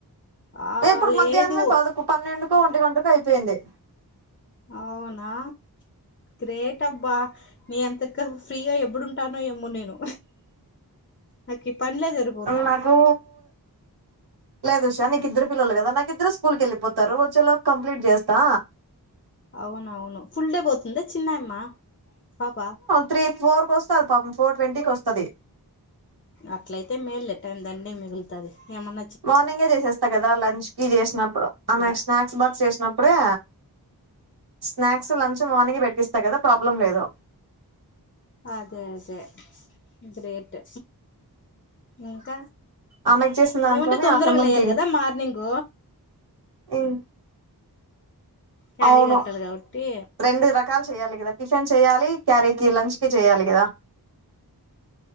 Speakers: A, on the left; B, on the right.
A: ఆ
B: ఇప్పుడు
A: లేదు
B: మధ్యాహ్నమే పదకు పన్నెండుకొ ఒంటి గంటకొ అయిపోయింది
A: అవునా గ్రేట్ అబ్బా నీ అంతకు ఫ్రీగా ఎప్పుడుంటానో ఏమో నేను నకి పన్లే జరు
B: నాకు లేదు ఉష నీకిద్దరు పిల్లలు కదా నాకిద్దరు స్కూల్ కెళ్ళిపోత్ తరు వచ్చే లోపు కంప్లీట్ జేస్తా
A: అవునవును ఫుల్ డే పోతుంద చిన్నాయమ్మ పాప
B: త్రీ ఫోర్ కోస్తది పాపం ఫోర్ ట్వంటీకొస్తది
A: అట్లయితే మేల్లే టైం దండిగ మిగుల్తది ఇయమ్మ నా
B: మార్నింగే చేసేస్త కదా లంచ్ కి చేసినప్పుడు ఆమెకు
A: కూడా
B: స్నాక్ క్స్ బాక్స్ చేసినప్పుడే స్నాక్స్ లంచ్ మార్నింగే పెట్టిస్తా కదా ప్రాబ్లం లేదు
A: అదే అదే గ్రేట్ ఇంక
B: ఆమెకు చేసిన దాంట్లోనే
A: ఏమంటే తొందరగా
B: ఆఫ్టర్నూన్
A: లేయ్యాలి కదా మార్నింగ్
B: ఉమ్
A: క్యారీ
B: అవును
A: కట్టాలి కాబట్టి
B: రెండు రకాల్ చెయాలి కదా టిఫిన్ చేయాలి క్యారీ కి లంచ్ కి చేయాలి కదా